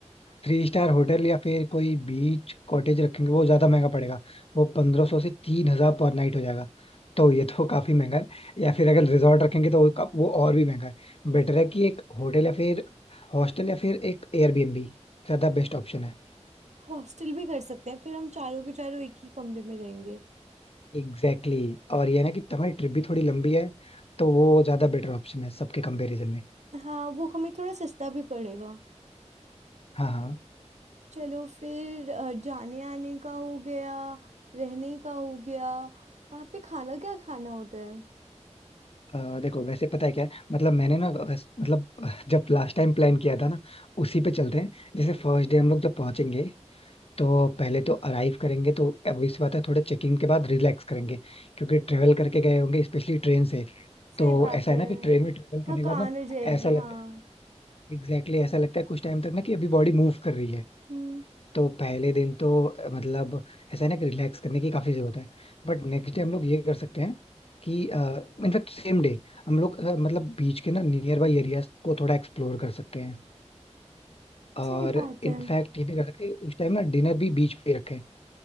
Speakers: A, on the left (about 55°); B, on the right (about 70°).
A: थ्री स्टार होटल या फिर कोई बीच कॉटेज रखेंगे वो ज्यादा महंगा पड़ेगा वो पंद्रह सौ से तीन हजार पर नाइट हो जाएगा तो ये तो <laughs> काफी महंगा है या फिर अगर रिजॉर्ट रखेंगे तो वो का- वो और भी महंगा है बेटर है कि एक होटल या फिर हॉस्टल या फिर एक एयरबीएनबी ज्यादा बेस्ट ऑप्शन है
B: हॉस्टल भी कर सकते हैं फिर हम चारों के चारों एक ही कमरे में रहेंगे
A: Exactly exactly. और ये है ना कि तुम्हारी ट्रिप भी थोड़ी लंबी है तो वो ज्यादा बेटर ऑप्शन है सबके कंपैरिजन में
B: हाँ वो हमें थोड़ा सस्ता भी पड़ेगा
A: हाँ हाँ
B: चलो फिर अ, जाने आने का हो गया रहने का हो गया वहां पे खाना क्या खाना होता है
A: अ, देखो वैसे पता है क्या है मतलब मैंने ना वैस- मतलब जब लास्ट टाइम प्लान किया था ना उसी पे चलते हैं जैसे फर्स्ट डे हम लोग जब पहुंचेंगे तो पहले तो अराइव करेंगे तो obvious सी बात है थोड़े चेकिंग के बाद रिलैक्स करेंगे क्योंकि ट्रेवल करके गए होंगे स्पेशली ट्रेन से
B: सही
A: तो
B: बात
A: ऐसा
B: है
A: है ना कि ट्रेन में ट्रेवल करने
B: थकान
A: के बाद ना
B: हो जाएगी
A: ऐसा लगता
B: हाँ
A: है एग्जैक्टली exactly ऐसा लगता है कुछ टाइम तक ना कि अभी बॉडी मूव कर रही है
B: हम्म
A: तो पहले दिन तो अ, मतलब ऐसा है ना कि रिलैक्स करने की काफी जरूरत है बट नेक्स्ट डे हम लोग ये कर सकते हैं कि इनफैक्ट सेम डे हम लोग अ, मतलब बीच के ना नियर बाई एरियाज को थोड़ा एक्सप्लोर कर सकते हैं और
B: सही बात
A: इनफैक्ट
B: है
A: ये भी कर सकते हैं उस टाइम ना डिनर भी बीच पे रखें